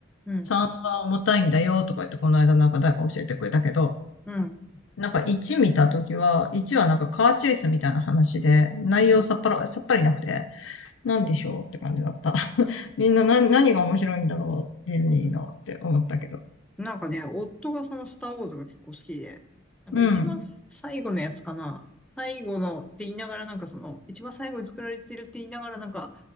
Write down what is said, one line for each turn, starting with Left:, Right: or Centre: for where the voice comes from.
Centre: うん、
Left: あ、重たいんだよとか言って、この間なんか誰か教えてくれたけど、
Centre: うん、
Left: なんか1見たときは、1はなんかカーチェイスみたいな話で、内容さっぱら、
Centre: うん。
Left: さっぱりなくて、なんでしょうって感じだった。<laughs> みんな何、何が面白いんだろう、ディズニーのって思ったけど。
Centre: なんかね、夫がそのスターウォーズが結構好きで、なんか一番最後のやつかな。
Left: うん。
Centre: 最後のって言いながらなんかその、一番最後に作られてるって言いながらなんか、